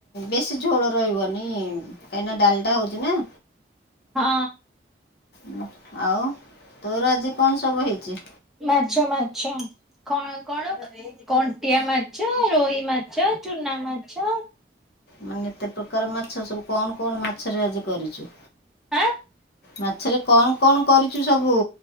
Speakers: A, on the left (about 60°); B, in the centre.
A: ବେଶୀ ଝୋଳ ରହିବନି କାହିଁକିନା ଡାଲିଟା ହଉଛି ନା।
B: ହଁ।
A: ହୁଁ ଆଉ ତୋର ଆଜି କଣ ସବୁ ହେଇଛି?
B: ମାଛ ମାଛ କଣ କଣ? କଣ୍ଟିଆ ମାଛ ରୋହି ମାଛ ଚୁନା ମାଛ
A: ମାନେ ଏତେ ପ୍ରକାର ମାଛ ସବୁ କଣ କଣ ମାଛରେ ଆଜି କରିଛୁ?
B: ଆଁ?
A: ମାଛରେ କଣ କଣ କରିଚୁ ସବୁ?